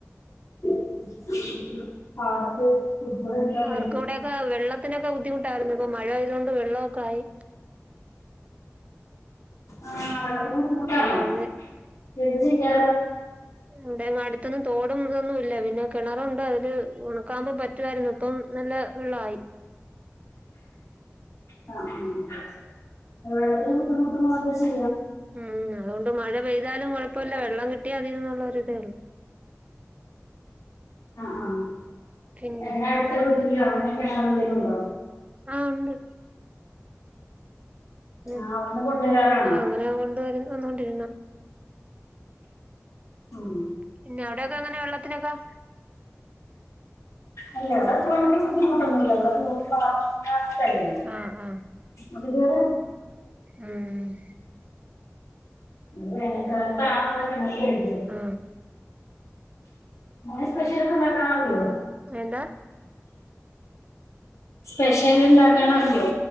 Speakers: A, on the left; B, on the right.
A: <unintelligible>
B: ആർക്കൂടെക്കെ
A: വരും
B: വെള്ളത്തിനൊക്കെ ബുദ്ധിമുട്ടായിരുന്നു. ഇപ്പം മഴ പെയ്തോണ്ട് വെള്ളമൊക്കെ ആയി.
A: ആ വെള്ളത്തിന് ബുദ്ധിമുട്ടാണോ
B: ആഹ് അതെ
A: എന്ത് ചെയ്യാ
B: ണ്ട്ങ്ങടുത്തൊന്നും തോടുംതൊന്നുല്ല്യ പിന്നെ കിണറുണ്ട് അതില് ഉണക്കാമ്പോ പറ്റുവായിരുന്നു ഇപ്പം നല്ല വെള്ളായി
A: ആ ആ വെള്ളത്തിന് ബുദ്ധിമുട്ട് പോവാന്താ ചെയ്യ
B: ഉം അതുകൊണ്ട് മഴ പെയ്താലും കൊഴപ്പല്ല, വെള്ളം കിട്ടിയാ മതിന്നുള്ള ഒരിതേ ഉള്ളൂ
A: ആഹ് ആഹ്
B: പിന്നെ
A: എന്നാ അടുത്ത വീട്ടിലങ്ങ് കെണറെന്തേലുണ്ടോ
B: ആഹ് ഇണ്ട് ഉം
A: ആ അവിടുന്ന് കൊണ്ടുവരാറാണോ
B: ആഹ് അങ്ങനെ കൊണ്ടുവര വന്നോണ്ടിരുന്നാ
A: ഉം
B: പിന്നെ അവിടൊക്കെ എങ്ങനെ വെള്ളത്തിനൊക്കെ
A: അല്ല ഇവിടെക്കെ വെള്ളത്തിന് ബുദ്ധിമുട്ടൊന്നും ഇല്ല <inaudible> തല്ലേ
B: ആ ആ
A: അതിത്‌വരെ
B: ഉം ഹ്
A: <inaudible>
B: ആ
A: അവിടെ സ്പേഷ്യൽ ഒക്കെ ഒണ്ടാക്കാറുണ്ടോ
B: എന്താ
A: സ്പെഷ്യൽ ഉണ്ടാക്കാൻ അറിയോ